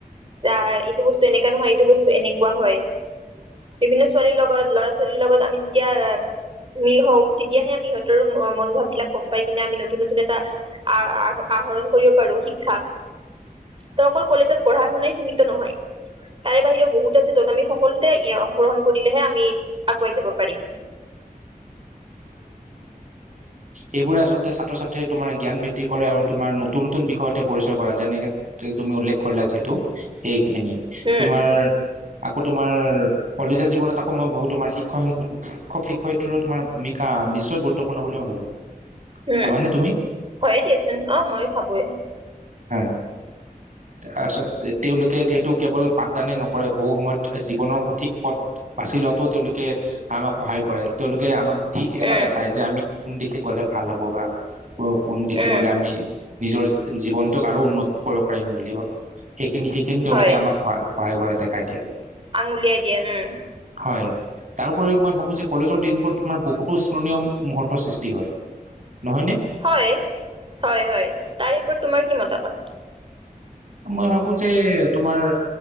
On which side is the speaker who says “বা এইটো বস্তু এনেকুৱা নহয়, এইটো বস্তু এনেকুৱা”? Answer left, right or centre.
Right